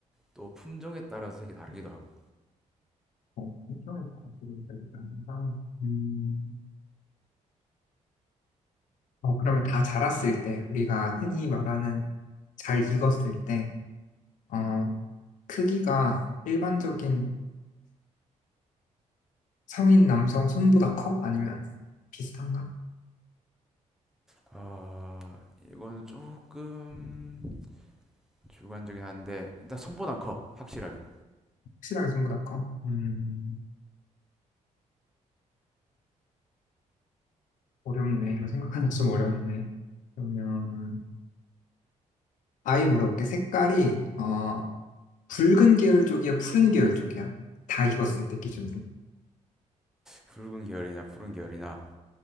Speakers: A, in the centre; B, on the left.
A: 또 품종에 따라서 색이 다르기도 하고.
B: 어, 일종의 방식이니까 음, 어, 그러면 다 자랐을 때, 우리가 흔히 말하는 잘 익었을 때, 어, 크기가 일반적인 성인 남성 손보다 커? 아니면 비슷한가?
A: 아, 이건 조금 주관적이긴 한데 일단 손보단 커 확실하게
B: 확실하게 손보다 커? 음, 어렵네. 이거 생각하는 게 좀 어렵네. 그러면, 아예 물어볼게. 색깔이, 어, 붉은 계열 쪽이야, 푸른 계열 쪽이야? 다 익었을 때 기준으로.
A: 붉은 계열이냐 푸른 계열이나